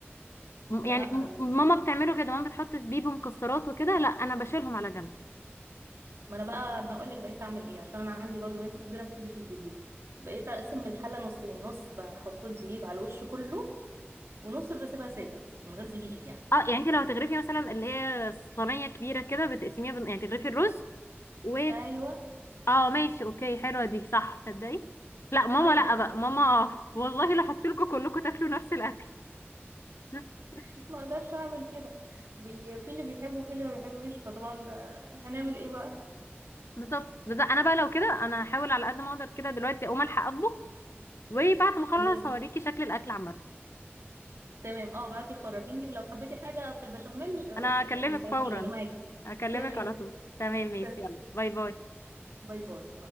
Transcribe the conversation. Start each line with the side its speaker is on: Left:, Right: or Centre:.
Right: لا
Left: يعني م-
Right: انا بم...
Left: ماما بتعمله كده ماما بتحط زبيب ومكسرات وكده لا انا بشيلهم على جنب
Right: ما انا بقى انا اقول لك بقيت اعمل ايه عشان انا عندي برضو بنتي كبيره ما بتحبش الزبيب بقيت اقسم الحله نصين نص بحط زبيب على الوش كله ونص بسيبها ساده من غير زبيب يعني
Left: اه يعني انت لو هتغرفي مثلا اللي هي صينيه كبيره كده بتقسميها بال- يعني تغرفي الرز و
Right: ايوه
Left: اه ماشي اوكي حلوه دي صح تصدقي لا ماما
Right: اه
Left: لا
Right: دي
Left: بقى ماما آه، والله لو حطيت لكم كلكم تاكلوا نفس الاكل <laughs>
Right: <laughs> ما اقدرش اعمل كده بي... في اللي بيحبه وفي اللي ما بيحبش فطبعا آه، هنعمل ايه بقى
Left: بالظبط بس انا بقى لو كده انا هحاول على قد ما اقدر كده دلوقتي اقوم الحق اطبخ وبعد ما اخلص
Right: تمام
Left: هوريكي شكل الاكل عامه
Right: تمام اه بعتي وفرجيني ولو حبيتي حاجة في البشاميل آه،
Left: انا هكلمك
Right: يعني بعتيلي
Left: فورا
Right: انا معاكي
Left: هكلمك
Right: تمام
Left: على طول تمام ماشي
Right: تمام
Left: يلا باي باي
Right: باي باي